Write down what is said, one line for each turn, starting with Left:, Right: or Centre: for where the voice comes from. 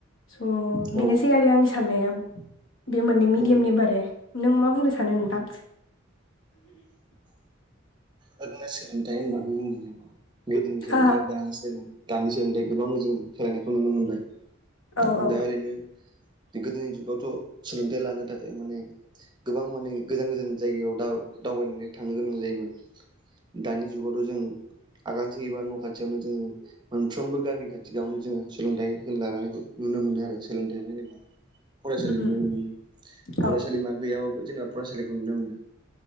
Left: स' बेनोसै
Right: औ
Left: आरो आं साननाया बे मोननै मिडियामनि
Right: उम
Left: बारे नों मा बुंनो सानो नोंथां?
Right: ओरैनो सोलोंथाइ होनबाथ' <unintelligible> गोदोनि सोलोंथाइ
Left: आ
Right: आरो दानि सोलों दानि सोलोंथाइ गोबां जों सोलायनायखौ नुनो मोनबाय।
Left: औ औ
Right: दा ओरैनो गोदोनि जुगावथ' सोलोंथाइ लानो थाखाय माने गोबां माने गोजान गोजान जायगायाव दा दावबायनानै थांनो गोनां जायोमोन। दानि जुगावथ' जों आगानसे एबा न' खाथियावनो जोङो मोनफ्रोमबो गामि खाथियावनो जोङो सोलोंथाइ होननायखौ नुनो मोनो आरो सोलोंथाइ होनोबा फरायसालि
Left: उम उम
Right: नुनो मोनो
Left: औ
Right: फरायसालिमा गैयाबाबो जेनेबा फरायसालिखौ नुनो मोनो।